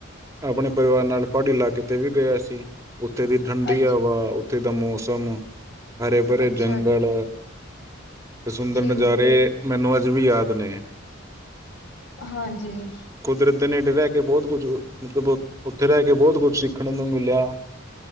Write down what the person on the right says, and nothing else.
ਆਪਣੇ ਪਰਿਵਾਰ ਨਾਲ ਪਹਾੜੀ ਇਲਾਕੇ ਤੇ ਵੀ ਗਿਆ ਸੀ, ਉੱਥੇ ਦੀ ਠੰਡੀ
ਹਵਾ, ਉੱਥੇ ਦਾ ਮੌਸਮ, ਹਰੇ -ਭਰੇ
ਜੰਗਲ
ਤੇ ਸੁੰਦਰ
ਨਜ਼ਾਰੇ ਮੈਨੂੰ ਅੱਜ ਵੀ ਯਾਦ ਨੇ
ਕੁਦਰਤ ਦੇ ਨੇੜੇ ਰਹਿ ਕੇ ਬਹੁਤ ਕੁਝ ਮਤਲਬ ਉੱਥੇ ਰਹਿ ਕੇ ਬਹੁਤ ਕੁੱਝ ਸਿੱਖਣ ਨੂੰ ਮਿਲਿਆ